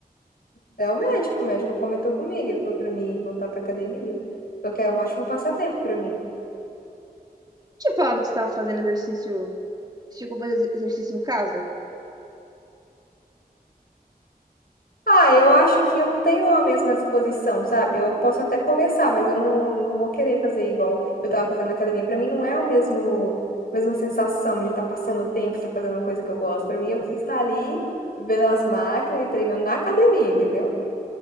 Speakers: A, on the left; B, on the right.
A: É o médico, o médico comentou comigo, ele falou pra mim voltar pra academia. O que é um ótimo passatempo pra mim.
B: Tinha falado que você estava fazendo exercício. Você Chegou a fazer exercício em casa?
A: Ah, eu acho que eu não tenho a mesma disposição, sabe? Eu posso até começar, mas eu não, não vou querer fazer igual eu tava fazendo na academia. Pra mim não é o mesmo, a mesma sensação de estar passando o tempo, de estar fazendo uma coisa que eu gosto. Pra mim eu preciso estar ali vendo as máquinas e treinando na academia, entendeu?